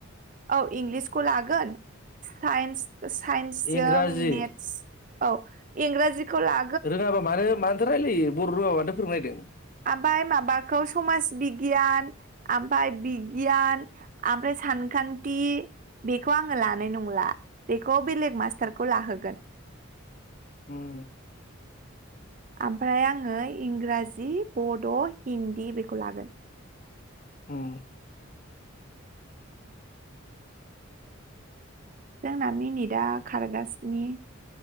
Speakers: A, on the right; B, on the left.
A: औ इंलिसखौ लागोनस सायनस -सायनस जों
B: इंराजि
A: मेतस औ इंराजिखौ ला
B: रोङाबा मानो मानोथो रायजलायो बर' रोङाबा मानथो फोरोंनायदों।
A: ओमफ्राय माबाखौ समाज बिगियान ओमफ्राय बिगियान ओमफ्राय सानखान्थि बेखौ आङो लानाय नंला बेखौ बेलेग मास्टारखौ लाहोगोन
B: उम
A: ओमफ्राय आङो इंराजि, बड', हिन्दी बेखौ लागोन।
B: उम
A: जोंना मिनिट दा खारगासिनो